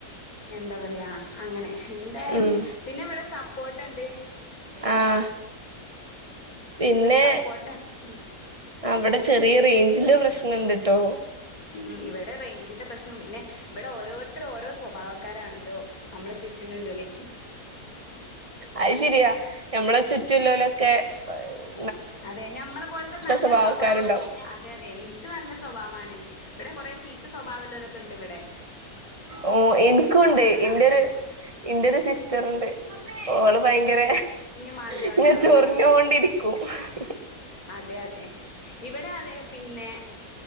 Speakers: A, on the left; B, on the right.
A: എന്താ പറയാ അങ്ങനെ എന്തായാലും
B: ഉം
A: പിന്നെ ഇവിടെ സപ്പോർട്ടുണ്ട്
B: ആഹ് പിന്നെ
A: ഇവടെ സപ്പോർട്ടണ് ഉം,
B: അവിടെ ചെറിയ റേഞ്ചിന്റെ പ്രശ്നണ്ട്ട്ടോ
A: ഉം ഇവിടെ റേഞ്ചിന്റെ പ്രശ്നവും പിന്നെ ഇവിടെ ഓരോരുത്തര് ഓരോ സ്വഭാവക്കാരാണല്ലോ നമ്മള ചുറ്റിനുണ്ട്ലി
B: അത് ശരിയാ മ്മളെ ചുറ്റുള്ളലൊക്കെ അ <inaudible>
A: അതെ ഞമ്മളെ പോലത്തെ നല്ല
B: സ്വഭാവക്കാരുണ്ടാവും
A: സ്വഭാവം അതെ അതെ എനിക്ക് നല്ല സ്വഭാവമാണ് ഇവിടെ കൊറെ ചീത്ത സ്വഭാവല്ലലൊക്കെ ഉണ്ട് ഇവിടെ
B: ഓ ഇൻക്കുണ്ട്
A: ഞാൻ വെറുതെ താമാശ
B: ഇന്റൊരു ഇന്റൊരു സിസ്റ്ററ്ണ്ട് ഓള് ഭയങ്കര
A: മാന്തിയോണ്ടാണോ
B: ഇങ്ങനെ ചൊറിഞ്ഞോണ്ടിരിക്കും കും
A: അതെ അതെ ഇവിടെ അതെ പിന്നെ